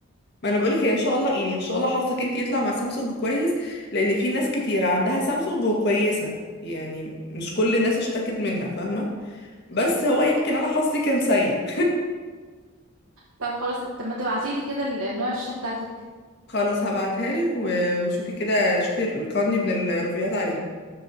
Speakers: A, on the left; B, on the right.
A: ما انا بقولك هي ان شاء الله يعني ان شاء الله حظك انت يطلع مع سامسونج كويس لان في ناس كتير عندها سامسونج وكويسة يعني مش كل الناس اشتكت منها فاهمة بس هو يمكن انا حظي كان سيء
B: طب خلاص طب ما تبعتيلي كده ال- نوع الشاشة بتاعتك
A: خلاص هبعتها لك و- وشوفي كده شوفي القرني من الريفيوهات عليه